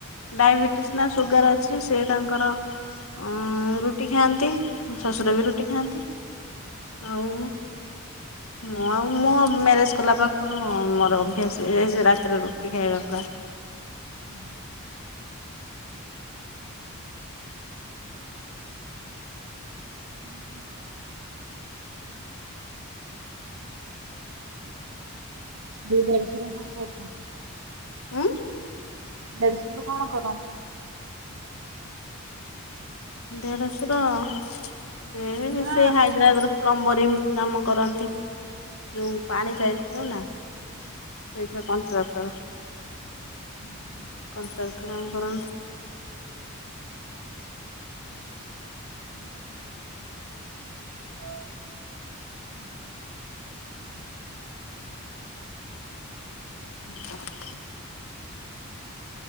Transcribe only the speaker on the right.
ହୁଁ ହ <unintelligible> ହୁଁ ହ। ଦେଡଶୁର କଣ କରୁଛନ୍ତି।
ଦେଡସୁର କଣ କରନ୍ତି?
ମା
ହୁଁ ହୁଁ।
ହୁଁ। ହ <unintelligible>